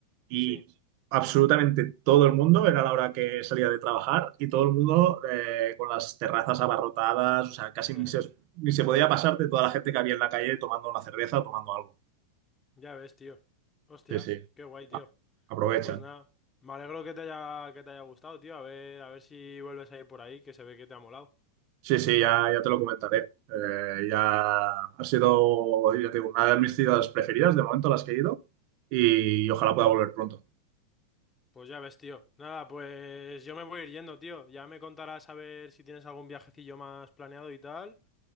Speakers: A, on the right; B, on the left.
A: Y
B: Sí.
A: absolutamente todo el mundo, era la hora que salía de trabajar, y todo el mundo eh, con las terrazas abarrotadas, o sea, casi
B: <laughs>
A: ni se ni se podía pasarte toda la gente que había en la calle tomando una cerveza o tomando algo.
B: Ya ves, tío. Hostia,
A: Sí, sí.
B: qué guay, tío.
A: Ah, Aprovechan.
B: Pues nada, me alegro que te haya, que te haya gustado, tío. A ver, a ver si vuelves a ir por ahí, que se ve que te ha molado.
A: Sí, sí, ya, ya te lo comentaré. Eh, ya ha sido, ya te digo, una de mis ciudades preferidas de momento a las que he ido y, ojalá pueda volver pronto.
B: Pues ya ves, tío. Nada, pues yo me voy a ir yendo, tío. Ya me contarás a ver si tienes algún viajecillo más planeado y tal.